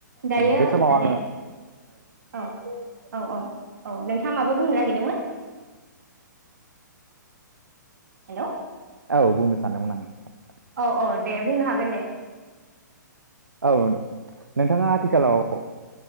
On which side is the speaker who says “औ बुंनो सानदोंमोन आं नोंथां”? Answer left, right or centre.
Right